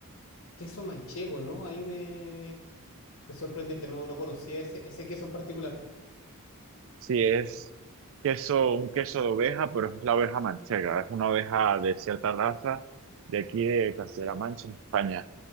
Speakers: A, on the left (about 70°); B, on the right (about 60°).
A: Queso manchego, ¿no? Ahí me, me sorprendiste, no, no conocía ese, ese queso en particular.
B: Sí, es queso, un queso de oveja, pero es la oveja manchega. Es una oveja de cierta raza de aquí de Castilla-La Mancha, en España.